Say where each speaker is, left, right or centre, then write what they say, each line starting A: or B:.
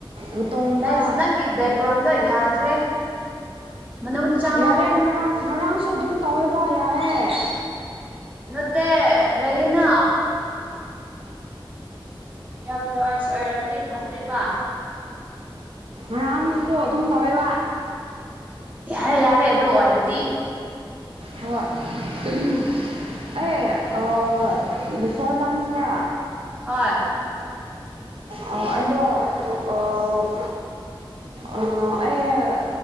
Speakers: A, on the right; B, on the right.
A: ꯃꯇꯨꯡꯗ
B: ꯅꯁ ꯅꯪꯒꯤ ꯕꯦꯛꯒ꯭ꯔꯥꯎꯟꯗꯣ ꯌꯥꯗ꯭ꯔꯦ ꯃꯅꯨꯡꯗ ꯆꯪꯉꯣ
A: ꯌꯥꯔꯦ ꯉꯔꯥꯡ ꯉꯔꯥꯡꯁꯨ ꯑꯗꯨꯝ ꯇꯧꯋꯦꯕ ꯌꯥꯏꯌꯦ
B: ꯅꯠꯇꯦ ꯂꯩꯌꯦꯅꯥ ꯌꯥꯝ ꯅꯣꯏꯁ ꯑꯣꯏꯔꯗꯤ ꯐꯠꯇꯦꯕ
A: ꯉꯥꯡꯁꯨ ꯑꯗꯨꯝ ꯇꯧꯋꯦꯕ
B: ꯌꯥꯔꯦ ꯌꯥꯔꯦ ꯑꯗꯨ ꯑꯣꯏꯔꯗꯤ
A: ꯍꫭꯏ ꯎꯝ ꯑꯩ ꯑꫭ ꯕꯤꯐꯣꯔ ꯂꯥꯟꯁꯅꯥ
B: ꯍꫭꯏ
A: ꯑ ꯑꯩꯗꫭ ꯑꫭꯛ ꯑ ꯑꯩ